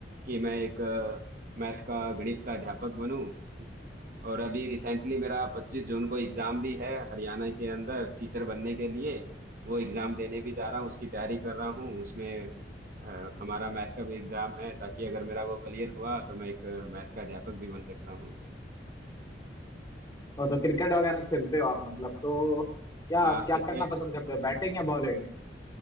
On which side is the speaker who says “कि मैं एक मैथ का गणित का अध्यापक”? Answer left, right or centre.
Right